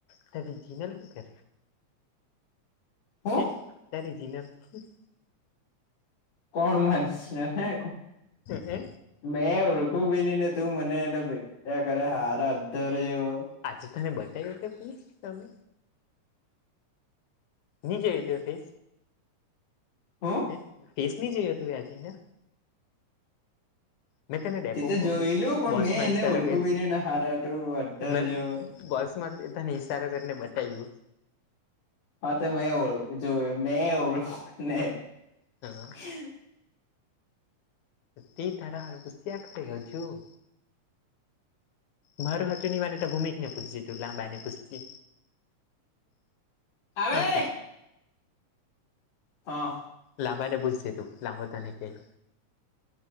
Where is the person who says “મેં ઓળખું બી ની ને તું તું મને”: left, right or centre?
Left